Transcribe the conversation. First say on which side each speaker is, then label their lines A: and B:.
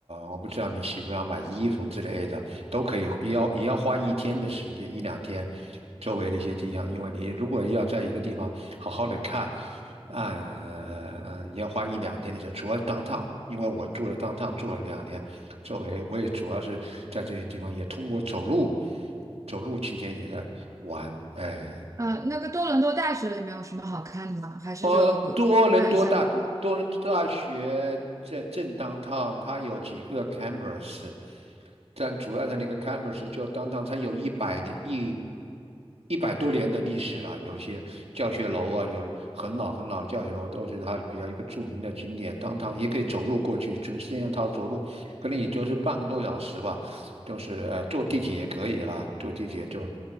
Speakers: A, on the right; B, on the right.
A: 我不知道你喜不喜欢买衣服之类的，都可以，也要也要花一天的时间，一两天，周围的一些地方，因为你如果要在一个地方好好的看，啊、呃，也要花一两天的时间，主要 downtown，是 downtown，因为我住了 downtown 住了两年，周围我也主要是在这些地方，也通过走路，走路期间也在玩，呃。
B: 呃，那个多伦多大学里面有什么好看的吗？还是就看一下了？
A: 呃，多伦多大多伦多大学在正 downtown，它有几个 campus，但主要的那个 campus 就 downtown，它有一百年一一百多年的历史了，有些教学楼啊，有很老很老的教学楼都是它比较一个著名的景点。downtown 也可以走路过去，从四政套走路，可能也就是半个多小时吧。就是呃坐地铁也可以啦，坐地铁就